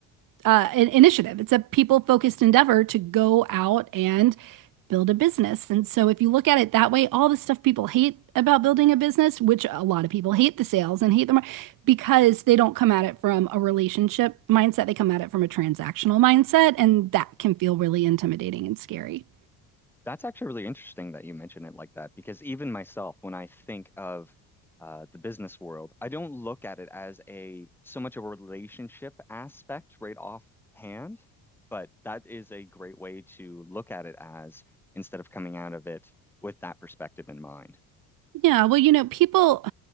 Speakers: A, on the right; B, in the centre.
A: uh, an initiative. It's a people focused endeavor to go out and build a business. And so, if you look at it that way, all the stuff people hate about building a business, which a lot of people hate the sales and hate them because they don't come at it from a relationship mindset, they come at it from a transactional mindset. And that can feel really intimidating and scary.
B: That's actually really interesting that you mention it like that because even myself, when I think of uh, the business world, I don't look at it as a so much of a relationship aspect right offhand, but that is a great way to look at it as instead of coming out of it with that perspective in mind.
A: Yeah, well, you know, people,